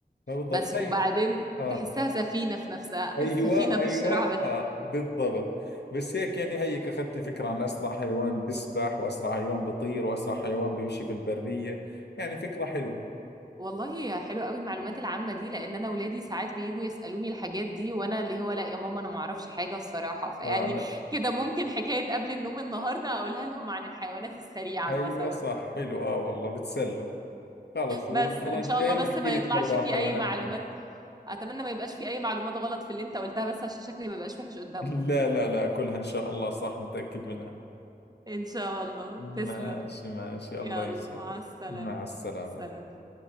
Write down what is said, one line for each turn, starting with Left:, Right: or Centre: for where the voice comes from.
Left: ما بالضبط
Right: بس
Left: هي
Right: وبعدين
Left: اه
Right: تحسها سفينة في نفسها
Left: ايوه
Right: <laughs> السفينة بالشراع
Left: ايوه اه بالضبط بس هيك يعني هيك اخذت فكره عن اسرع حيوان بيسبح واسرع حيوان بيطير واسرع حيوان بيمشي في البريه يعني فكره حلوه
Right: والله حلوة قوي المعلومات العامة دي لأن أنا ولادي ساعات بييجوا يسألوني الحاجات دي وأنا اللي هو لا يا ماما أنا معرفش حاجة الصراحة فيعني
Left: اه لا
Right: كده ممكن حكاية قبل النوم النهاردة أقولها لهم عن الحيوانات السريعة
Left: ايوه
Right: مثلا
Left: صح حلو اه والله بتسلوا خلص والمرة
Right: بس إن
Left: الجاي
Right: شاء الله بس
Left: بحكي
Right: ما
Left: لك
Right: يطلعش
Left: برضه
Right: في
Left: عن حيوانات
Right: أي معلومات
Left: ثانية
Right: أتمنى ما يبقاش في أي معلومات غلط في اللي أنت قلتها بس عشان شكلي ما يبقاش وحش قدامهم
Left: <laughs> لا لا لا كلها إن شاء الله صح متأكد منها
Right: إن شاء الله
Left: ماشي
Right: تسلم
Left: ماشي
Right: يلا
Left: الله يسعدك
Right: مع السلامة
Left: مع السلامة
Right: سلام